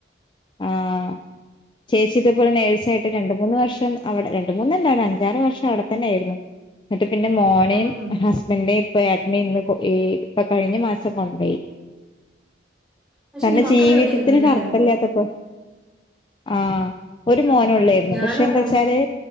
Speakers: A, on the left; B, in the centre.
A: ആഹ് ചേച്ചിതേപോലെ നേഴ്സായി രണ്ട് മൂന്ന് വർഷം അവിടെ രണ്ട് മൂന്നല്ല ഒരഞ്ചാറ് വർഷം അവിടെ തന്നേയിരുന്നു എന്നട്ട് പിന്നെ മോനെയും
B: ഉം
A: ഹസ്ബന്റിനെയും ഇപ്പം ഏട്ടനെയും ഇന്ന് കൊ ഈ ഇപ്പ കഴിഞ്ഞ മാ സം കൊണ്ടോയി
B: അത്
A: കാരണം
B: ശരി മക്കൾ
A: ജീവിതത്തിനൊരർഥം
B: ഇവിടെയായിരുന്നല്ലേ
A: ഇല്ലാത്തപ്പോ ആഹ് ഒരു
B: സത്യം
A: മോനേ ഒള്ളായിരുന്നു
B: ഞാനും
A: പക്ഷെ എന്താ
B: അതാണ്
A: വെച്ചാല്